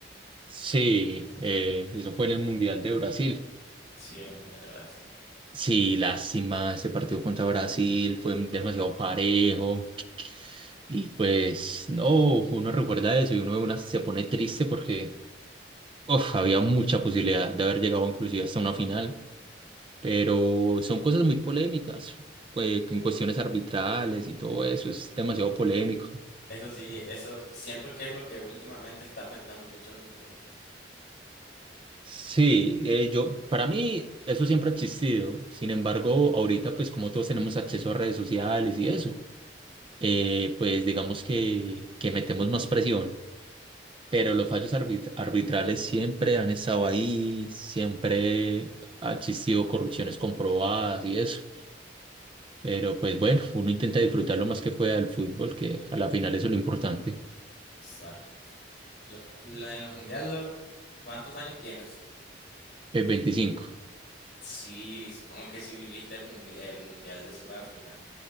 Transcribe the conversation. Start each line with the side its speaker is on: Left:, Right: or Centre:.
Right: Sí, eh, eso fue en el Mundial de Brasil.
Left: Sí, en el Mundial de Brasil.
Right: Sí, lástima, ese partido contra Brasil fue demasiado parejo. Y pues no, uno recuerda eso y uno de una se pone triste porque uf, había mucha posibilidad de haber llegado inclusive hasta una final. pero son cosas muy polémicas, eh, en cuestiones arbitrales y todo eso, es demasiado polémico.
Left: Eso sí, eso siento que es lo que últimamente está afectando mucho al fútbol.
Right: Sí, eh, yo, para mí eso siempre ha existido. Sin embargo, ahorita pues como todos tenemos acceso a redes sociales y eso, eh, pues digamos que, que metemos más presión. Pero los fallos arbit- arbitrales siempre han estado ahí, siempre ha existido corrupciones comprobadas y eso. Pero pues bueno, uno intenta disfrutar lo más que pueda del fútbol, que a la final eso es lo importante.
Left: Exacto. Lo- lo- en los mundiales, los- ¿cuántos años tienes?
Right: El veinticinco
Left: Sí, supongo que sí viviste el mundi- el Mundial de Sudáfrica.